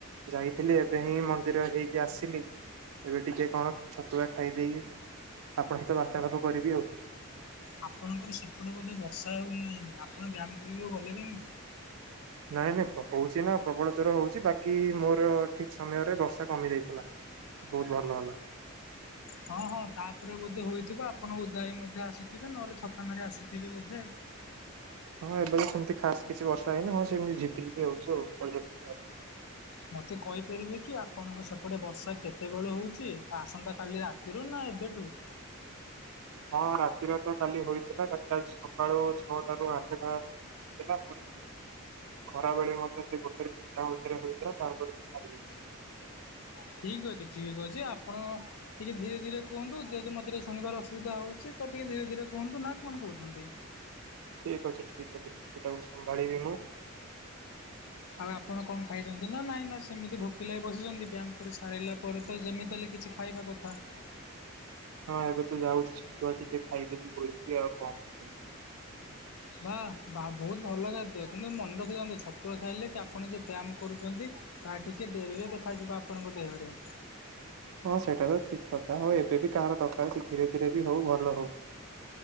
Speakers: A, on the right; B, on the left.
A: ଯାଇଥିଲି ଏବେ ହିଁ ମନ୍ଦିର ହେଇକି ଆସିଲି। ଏବେ ଟିକେ କଣ ଛତୁଆ ଖାଇଦେଇକି ଆପଣଙ୍କ ସହିତ ବାର୍ତ୍ତାଳାପ କରିବି ଆଉ।
B: ଆପଣଙ୍କର ସେପଟେ ବୋଧେ ବର୍ଷା ହଉନାହିଁ, ଆପଣ ବ୍ୟାୟାମ କରିବାକୁ ଗଲେ କେମିତି?
A: ନାଇଁ ନାଇଁ ପକଉଛି ନା ପ୍ରବଳ ଜୋରରେ ହଉଛି ବାକି ମୋର ଠିକ୍ ସମୟରେ ବର୍ଷା କମି ଯାଇଥିଲା। ବହୁତ ଭଲ ହେଲା।
B: ହଁ ହଁ ତାପରେ ବୋଧେ ହୋଇଥିବ ଆପଣ ଓଦାହୋଇ ମଧ୍ୟ ଆସିଥିବେ ନହେଲେ ଛ ଛତାମାରି ଆସିଥିବେ ବୋଧେ।
A: ହଁ ଏବେ ବି ସେମିତି ଖାସ୍ କିଛି ବର୍ଷା ହେଇନି ହଁ ସେମିତି ଝିପିଝିପି ହଉଛି ଆଉ।
B: ମୋତେ କହିପାରିବେ କି ଆପଣଙ୍କ ସେପଟେ ବର୍ଷା କେତେବେଳୁ ହେଉଛି ଆସନ୍ତାକାଲି ରାତିରୁ ନା ଏବେଠୁ?
A: ହଁ ରାତିରେ ତ କାଲି ହୋଇଥିଲା ବାକି ଆଜି ସକାଳୁ ଛଅଟାରୁ ଆଠଟା। ହୋଇଥିଲା ପୁଣି ଖରାବେେଳେ ମଧ୍ୟ ସେ ଗୋଟେରୁ ତିନିଟା ଆଉଥରେ ହଉଥିଲା ତାପରେ ତ ଛାଡି ଯାଇଥିଲା।
B: ଠିକ୍ ଅଛି ଠିକ୍ ଅଛି ଆପଣ ଟିକେ ଧୀରେ ଧୀରେ କୁହନ୍ତୁ ଯେହେତୁ ମତେ ଟିକେ ଶୁଣିବାରେ ଅସୁବିଧା ହଉଛି ତ ଟିକେ ଧୀରେ ଧୀରେ କୁହନ୍ତୁ ନା କଣ କହୁଛନ୍ତି?
A: ଠିକ୍ ଅଛି ଠିକ୍ ଅଛି ତ୍ରୁଟିଟାକୁ ସମ୍ଭାଳିବି ମୁଁ।
B: ଆଉ ଆପଣ କଣ ଖାଇଛନ୍ତି ନା ନାଇଁ ନା ସେମିତି ଭୋକିଲା ହିଁ ବସିଛନ୍ତି ବ୍ୟାୟାମ କରି ସାରିଲା ପରେ ତ ଯେମିତି ହେଲେ କିଛି ଖା ଖାଇବା କଥା।
A: ହଁ ଏବେ ତ ଯାଉଛି ଛତୁଆ ଟିକେ ଖାଇଦେବି ଗୋଳିକି ଆଉ କଣ ଖାଇବି।
B: ବା, ବା ବହୁତ ଭଲ ଖାଦ୍ୟ କିନ୍ତୁ ମନେ ରଖିଥାନ୍ତୁ ଛତୁଆ ଖାଇଲେ ଆପଣ ଯଉ ବ୍ୟାୟାମ କରୁଚନ୍ତି ତାହା ଟିକେ ଡେରିରେ ଦେଖାଯିବ ଆପଣଙ୍କ ଦେହରେ।
A: ହଁ ସେଇଟା ତ ଠିକ୍ କଥା ହଉ ଏବେ ବି କାହାର ଦରକାର ସେ ଧୀରେ ଧୀରେ ବି ହଉ ଭଲ ହଉ।